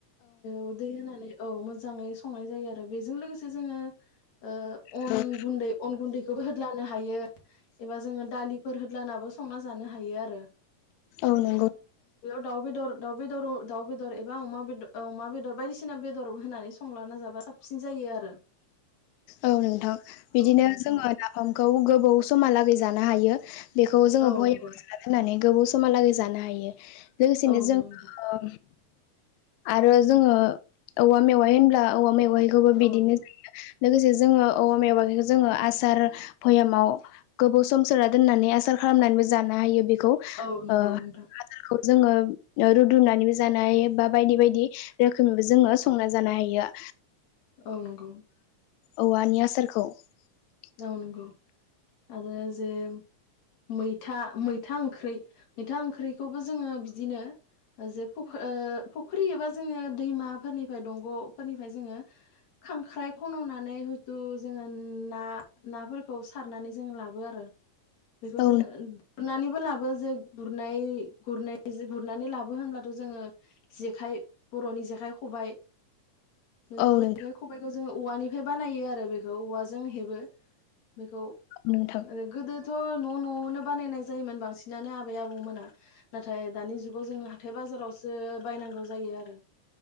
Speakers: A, on the left; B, on the left.
A: औ दै होनानै औ मोज मोजाङै संनाय जायो आरो बेजों लोगोसे जोङो ओ
B: नोंथां
A: अन गुन्दै अन गुन्दैखौबो होदलानो हायो एबा जोङो दालि फोर होदलानाबो संना जानो हायो आरो ।
B: औ
A: बेयाव
B: नंगौ
A: बेयाव दाव बेदर दाव बेदर' दाव बेदर एबा अमा बेदर औ अमा बेदर बायदिसिना बेदर होनानै संलाना जाबा साबफिन जायो आरो
B: औ नोंथां बिदिनो
A: औ नोंथां
B: जोङो नाफामखौ गो बौ समहालागै जानो हायो बेखौ जोङो
A: औ
B: बयबो
A: नंगौ
B: जागोन होननानै गोबाव समहालागै जानो हायो लोगोसेनो
A: औ नंगौ
B: जों
A: नोंथां
B: ओ आरो जोङो औवा मेवाइ होनब्ला औवा मेव बयखौबो बिदिनो
A: औ नंगौ
B: सोंदो लोगोसे जोङो औवा मेवाइखौ जोङो आसार बयामाव गोबाव सम सोना दोननानै आसार खालामनानैबो जानो हायो बे खौ
A: औ नंगौ
B: ओ
A: नोंथां
B: हाथारखौ । जोङो रुदुनानैबो जानो हायो बा बायदि बायदि रोखोमैबो जोङो संना जानो हायो आ
A: औ नंगौ ।
B: औवानि आसारखौ ।
A: औ नोंगौ । आरो जे मैथा मैथा ओंख्रि मैथा ओंख्रिखौबो जोङो बिदिनो जे फुख ओ फख्रि एबा जोङो दैमाफोरनिफाय दंग'फोरनिफाय जोङो खांख्राइ खन'नानै हयथु जोङो ना नाफोरखौ सारनानै जों लाबो आरो । बेखौ
B: औ
A: जोङो गुनानिबो बो लाबो जो गुरनाय गुरनाय गुरनानै लाबो होनब्लाथ' जोङो जेखाइ बर'नि जेखाइ खबाइ नोंगौ
B: औ नों
A: जेखाय खबायखौ जों औवानिफ्राय बानायो आरो बेखौ औवाजों हेबो। बेखौ
B: नोंथां
A: ओ गोदो थ' न' न' आवनो बानायनाय जायोमोन बांसिनानो आबै आबौमोना नाथाय दानि जुगाव जों हाथाय बाजारावसो बायनांगौ जायो आरो।